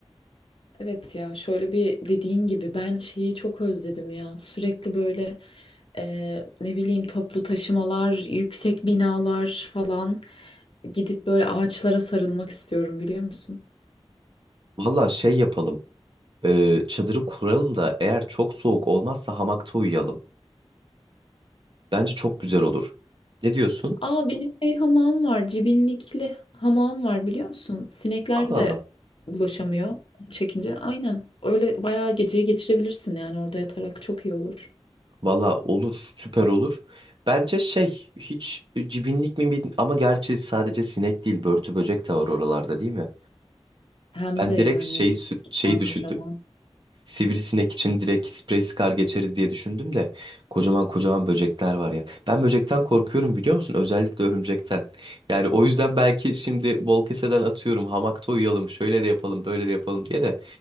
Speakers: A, on the left (about 60°); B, on the right (about 50°).
A: Evet ya şöyle bir dediğin gibi ben şeyi çok özledim ya. Sürekli böyle e, ne bileyim toplu taşımalar, yüksek binalar falan gidip böyle ağaçlara sarılmak istiyorum biliyor musun?
B: Valla şey yapalım ee, çadırı kuralım da eğer çok soğuk olmazsa hamakta uyuyalım. Bence çok güzel olur. Ne diyorsun?
A: Aa benim şey hamam var, cibinlikli hamam var biliyor musun? Sinekler
B: Allah
A: de
B: Allah
A: bulaşamıyor çekince. Aynen öyle bayağı geceyi geçirebilirsin yani orada yatarak çok iyi olur.
B: Valla olur, süper olur. Bence şey, hiç cibinlik mi bilmiyorum ama gerçi sadece sinek değil, börtü böcek de var oralarda değil mi?
A: Hem
B: Ben
A: de
B: direkt
A: yani
B: şey, sü-
A: kocaman
B: şeyi düşündüm.
A: kocaman.
B: Sivrisinek için direkt sprey sıkar geçeriz diye düşündüm de kocaman kocaman böcekler var ya. Ben böcekten korkuyorum biliyor musun? Özellikle örümcekten. Yani o yüzden belki şimdi bol keseden atıyorum hamakta uyuyalım şöyle de yapalım böyle de yapalım diye de